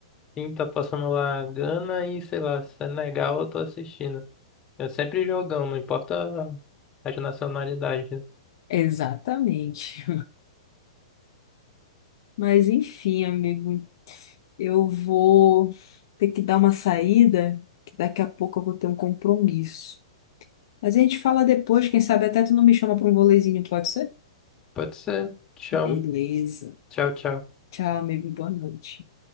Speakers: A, on the left (about 25°); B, on the left (about 55°).
A: sim, tá passando lá Gana e sei lá, Senegal eu tô assistindo. É sempre jogão, não importa as nacionalidades.
B: Exatamente. Mas enfim, amigo, eu vou ter que dar uma saída, que daqui a pouco eu vou ter um compromisso. Mas a gente fala depois, quem sabe até tu não me chama para um volezinho, pode ser?
A: Pode ser. Te
B: Beleza.
A: amo. Tchau, tchau.
B: Tchau, amigo. Boa noite.